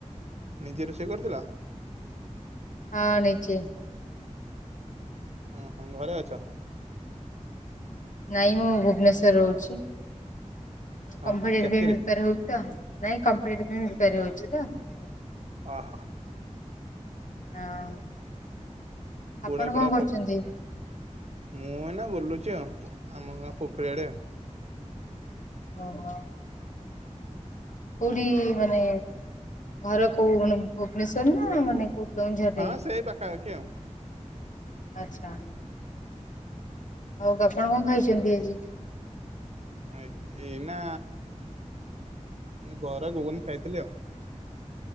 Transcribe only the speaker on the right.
ନିଜେ ରୋଷେଇ କରିଥିଲ?
ଓ ହୋ, ଘରେ ଅଛ?
ହଁ
ହଁ ଚାକିରି
ଅହ
କୁଡ଼ା
କୁଡ଼ା
ପ ମୁଁଏନା ବୁଲୁ ଚି ଆଉ ଆମ ଗାଁ ପୋଖରି ଆଡ଼େ
ହଁ ସେଇ ପାଖାଖି ଆଉ
ଏଇ ନା ବରା ଗୁଗୁନି ଖାଇଥିଲି, ଆଉ